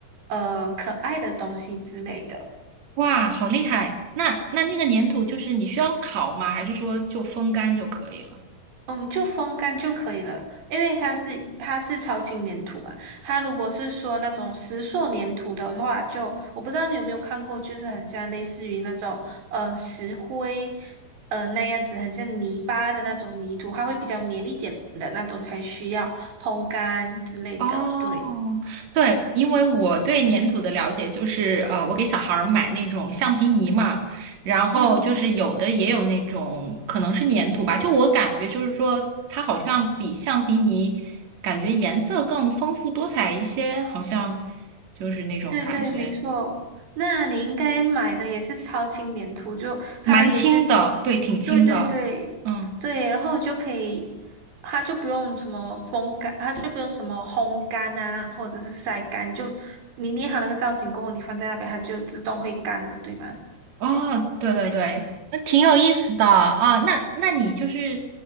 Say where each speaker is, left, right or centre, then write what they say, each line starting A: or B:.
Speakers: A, on the right; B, on the right.
A: 呃可爱的东西之类的。
B: 哇，好厉害！那那那个粘土就是你需要烤吗？还是说就风干就可以了？
A: 嗯，就风干就可以了，因为它是它是超轻粘土嘛。它如果是说那种石塑粘土的话就，我不知道你有没有看过，就是很像类似于那种呃石灰呃那样子，很像泥巴的那种泥土，它会比较黏一点的那种才需要烘干之类的。
B: 哦，
A: 对，
B: 对，因为我对粘土的了解就是，呃，我给小孩儿买那种橡皮泥嘛，然后就是有的也有那种可能是粘土吧，
A: 嗯。
B: 就我感觉就是说它好像比橡皮泥感觉颜色更丰富多彩一些，好像就是那种感觉。
A: 对对，没错。那你应该买的也是超轻粘土，就它也是，
B: 蛮轻的，对，挺轻的。
A: 对对对对，
B: 嗯，
A: 然后就可以，它就不用什么风干，它就不用什么烘干啊，或者是晒干，就你捏好那个造型过后，你放在那边，它就自动会干了，对吗？
B: 哦，对对对，
A: 就定型。
B: 那挺有意思的啊。那那你就是，